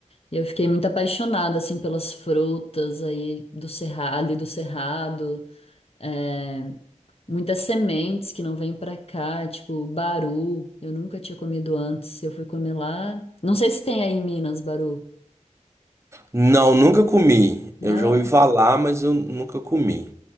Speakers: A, on the left (about 50°); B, on the right (about 20°).
A: e eu fiquei muito apaixonada assim pelas frutas aí do Cerrado, ali do Cerrado. É, Muitas sementes que não vêm pra cá, tipo baru. Eu nunca tinha comido antes. Eu fui comer lá. Não sei se tem aí em Minas, baru.
B: Não, nunca comi.
A: Não,
B: Eu já ouvi falar, mas eu nunca comi.